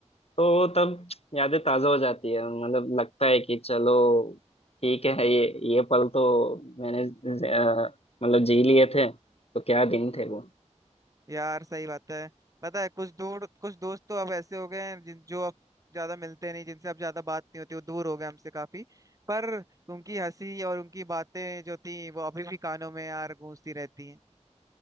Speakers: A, on the left (about 55°); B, on the right (about 25°).
A: तो तब यादें ताजा हो जाती है मतलब लगता है कि चलो ठीक है ये ये पल तो मैंने अ, मतलब जी लिए थे तो क्या दिन थे वो
B: यार सही बात है पता है कुछ दूर कुछ दोस्त तो अब ऐसे हो गए हैं जिन जो अब ज्यादा मिलते नहीं जिनसे अब ज्यादा बात नहीं होती वो दूर हो गए हमसे काफी पर उनकी हंसी और उनकी बातें जो थी वो अभी भी कानों में यार गूंजती रहती हैं